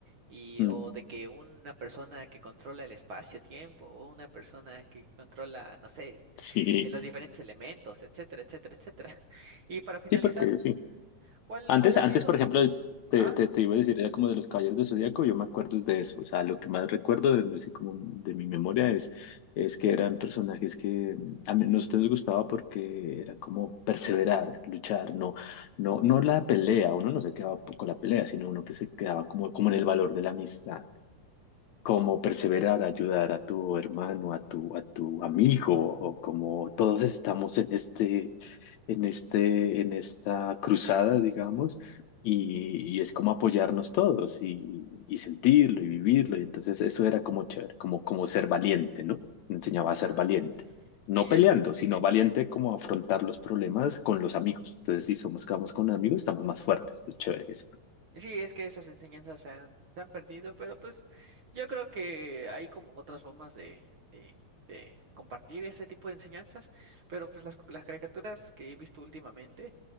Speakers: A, on the right (about 55°); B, on the left (about 70°).
A: y,
B: mm,
A: o de que una persona que controla el espacio-tiempo, o una persona que controla, no sé, el-
B: Sí,
A: eh, los diferentes elementos, etcétera, etcétera, etcétera. Y para finalizar,
B: sí, porque sí.
A: ¿cuál,
B: Antes,
A: cuál ha
B: antes,
A: sido?
B: por ejemplo, te,
A: Ajá.
B: te, te iba a decir, era como de los Caballeros del Zodíaco, yo me acuerdo es de eso, o sea, lo que más recuerdo de, así como de mi memoria es, es que eran personajes que mm, a mí, nosotros nos gustaba porque era como perseverar, luchar, no, no, no la pelea, uno no se quedaba con la pelea, sino uno que se quedaba como, como en el valor de la amistad como perseverar, ayudar a tu hermano, a tu, a tu amigo, o como todos estamos en este, en este, en esta cruzada, digamos, y, y es como apoyarnos todos y, y sentirlo y vivirlo. Y entonces eso era como chévere, como, como ser valiente, ¿no? Me enseñaba a ser
A: Ah.
B: valiente. No
A: Sí,
B: peleando,
A: es que,
B: sino valiente como afrontar los problemas con los amigos. Entonces, si somos, quedamos con amigos, estamos más fuertes. Es chévere eso.
A: sí, es que esas enseñanzas se han, se han perdido, pero pues yo creo que hay como otras formas de, de, de compartir ese tipo de enseñanzas, pero pues las, las caricaturas que he visto últimamente